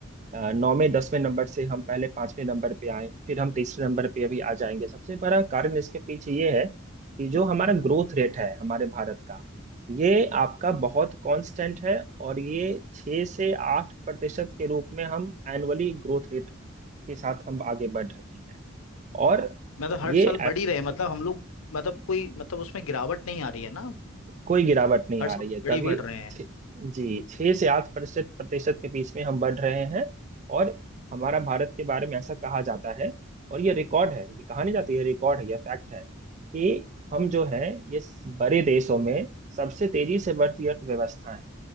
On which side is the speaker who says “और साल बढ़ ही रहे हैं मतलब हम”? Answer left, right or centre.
Left